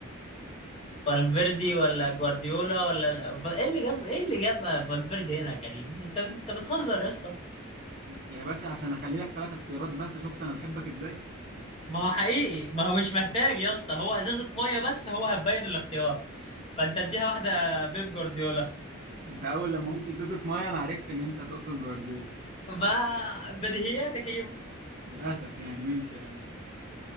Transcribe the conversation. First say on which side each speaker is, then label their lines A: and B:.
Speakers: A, on the left; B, on the right.
A: فالفيردي ولا جوارديولا ولا ال- ف- ايه اللي جاب ايه اللي جاب فالفيردي هنا يا كريم انت انت بتهزر يا اسطى
B: يا باشا عشان اخلي لك ثلاث اختيارات بس شفت انا بحبك ازاي
A: ما هو حقيقي ما هو مش محتاج يا اسطى هو ازازة مية بس هو هتبين الاختيار فانت اديها واحدة بيب جوارديولا
B: انت اول لما قلت ازازه ميه انا عرفت ان انت تقصد جوارديولا
A: ما بديهياتك يا كريم
B: للاسف يعني ماشي يا عم